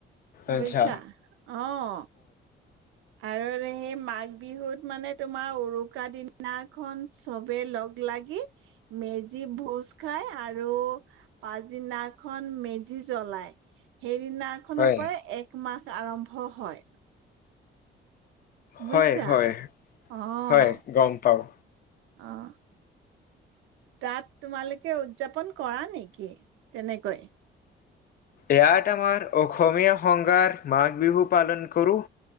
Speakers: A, on the right (about 90°); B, on the left (about 50°).
A: বুজিছা
B: আচ্ছা
A: অ', আৰু সেই মাঘ বিহুত মানে তোমাৰ উৰুকা দিনাখন চবে লগ লাগি মেজি ভোজ খাই আৰু পাছদিনাখন মেজি জ্বলাই। সেইদিনাখনৰ
B: হয়।
A: পৰা একমাহ, আৰম্ভ হয়। বুজিছা?
B: হয়- হয়-হয়
A: অ',
B: গম পাঁও।
A: অ', তাত তোমালোকে উদযাপন কৰা নেকি তেনেকৈ?
B: ইয়াত আমাৰ অসমীয়া সংঘাত মাঘ বিহু পালন কৰোঁ।